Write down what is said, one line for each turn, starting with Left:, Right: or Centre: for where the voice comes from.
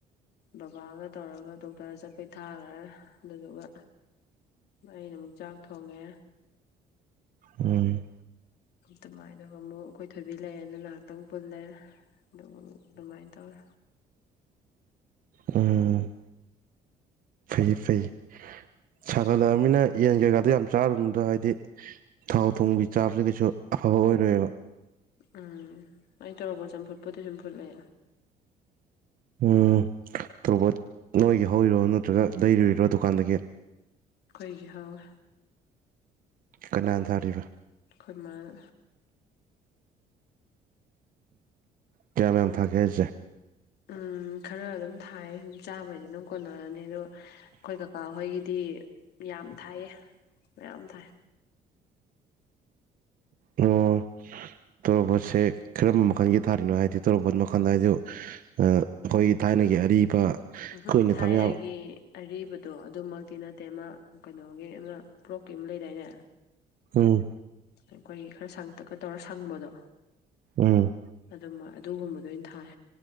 Left: ꯕꯕꯥꯒ ꯇꯧꯔꯒ ꯗꯣꯛꯇꯔꯗ ꯆꯠꯄꯩ ꯊꯥꯈꯔꯦ ꯑꯗꯨꯗꯨꯒ ꯑꯩꯅ ꯑꯃꯨꯛ ꯆꯥꯛ ꯊꯣꯡꯉꯦ
Right: ꯎꯝ
Left: ꯇꯃꯥꯏꯅꯕ ꯑꯃꯨꯛ ꯑꯩꯈꯣꯏ ꯊꯣꯏꯕꯤ ꯂꯩꯑꯦꯅ ꯉꯥꯏꯍꯥꯛꯇꯪ ꯄꯨꯜꯂꯦ ꯑꯗꯨꯕꯨ ꯑꯗꯨꯃꯥꯏꯅ ꯇꯧꯋꯦ
Right: ꯎꯝ ꯐꯩ ꯐꯩ ꯁꯥꯒꯠꯂꯛꯑꯅꯤꯅ ꯌꯦꯟ ꯀꯩꯀꯥꯗꯣ ꯌꯥꯝ ꯆꯥꯔꯨꯅꯨꯗ ꯍꯥꯏꯗꯤ ꯊꯥꯎ ꯊꯣꯝꯒꯤ ꯆꯥꯕꯕꯁꯤ ꯀꯩꯁꯨ ꯑꯐꯕ ꯑꯣꯏꯔꯣꯏꯕ
Left: ꯎꯝ ꯑꯩ ꯇꯣꯔꯣꯕꯣꯠ ꯆꯝꯐꯨꯠꯄꯨꯗꯤ ꯑꯗꯨꯝ ꯐꯨꯠꯂꯦ
Right: ꯎꯝ ꯇꯣꯔꯣꯕꯣꯠ ꯅꯣꯏꯒꯤ ꯍꯧꯔꯤꯔꯣ ꯅꯠꯇ꯭ꯔꯒ ꯂꯩꯔꯨꯔꯤꯔꯣ ꯗꯨꯀꯥꯟꯗꯒꯤ
Left: ꯑꯩꯈꯣꯏꯒꯤ ꯍꯧꯋꯦ
Right: ꯀꯅꯥꯅ ꯊꯔꯤꯕ
Left: ꯑꯩ ꯈꯣꯏ ꯃꯅꯥ
Right: ꯀꯌꯥꯝ ꯌꯥꯝ ꯊꯒꯦ ꯍꯥꯏꯖꯦ
Left: ꯎꯝ ꯈꯔ ꯑꯗꯨꯝ ꯊꯥꯏ ꯆꯥꯕꯩꯗꯤ ꯑꯗꯨꯝ ꯀꯣꯟꯅꯔꯅꯤ ꯑꯗꯣ ꯑꯩꯈꯣꯏ ꯀꯀꯥ ꯍꯣꯏꯒꯤꯗꯤ ꯌꯥꯝ ꯊꯥꯏꯌꯦ ꯃꯌꯥꯝ ꯊꯥꯏ
Right: ꯑꯣ ꯇꯣꯔꯣꯕꯣꯠꯁꯦ ꯀꯔꯝꯕ ꯃꯈꯜꯒꯤ ꯊꯥꯔꯤꯅꯣ ꯍꯥꯏꯗꯤ ꯇꯣꯔꯣꯕꯣꯠ ꯃꯈꯜꯗ ꯍꯥꯏꯖꯨ ꯑꯩꯈꯣꯏꯒꯤ ꯊꯥꯏꯅꯒꯤ ꯑꯔꯤꯕ
Left: ꯎꯝꯍꯨꯝ
Right: ꯀꯨꯏꯅ
Left: ꯊꯥꯏꯔꯒꯤ
Right: ꯊꯝ ꯌꯥꯕ
Left: ꯑꯔꯤꯕꯗꯣ ꯑꯗꯨꯝ ꯑꯗꯨ ꯃꯛꯇꯤ ꯅꯠꯇꯦ ꯑꯃ ꯀꯩꯅꯣꯒꯤ ꯑꯃ ꯄ꯭ꯂꯣꯛꯀꯤ ꯑꯃ ꯂꯩꯗꯥꯏꯅꯦ
Right: ꯎꯝ
Left: ꯑꯩꯈꯣꯏꯒꯤ ꯈꯔ ꯁꯪꯇꯛꯀ ꯇꯧꯔ ꯁꯪꯕꯗꯣ
Right: ꯎꯝ
Left: ꯑꯗꯨꯃ ꯑꯗꯨꯒꯨꯝꯕꯗ ꯑꯣꯏꯅ ꯊꯥꯏ